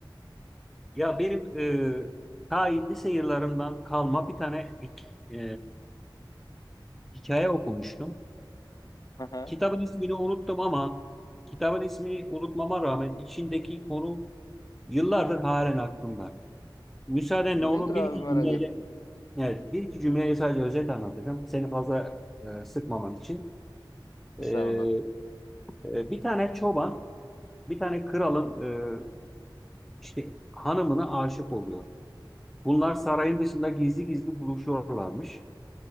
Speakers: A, in the centre; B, on the left.
A: Ya benim e, ta lise yıllarından kalma bir tane e, hikaye okumuştum.
B: Hı hı.
A: Kitabın ismini unuttum ama kitabın ismini unutmama rağmen içindeki konu yıllardır halen aklımda. Müsaadenle
B: Nedir
A: onu bir
B: abi
A: iki
B: merak
A: cümleyle
B: ettim.
A: Evet, bir iki cümleyi sadece özet anlatacağım. Seni fazla e, sıkmaman için.
B: Mesela.
A: E, e, bir tane çoban, bir tane kralın e, işte hanımına aşık oluyor. Bunlar sarayın dışında gizli gizli buluşuyorlarmış.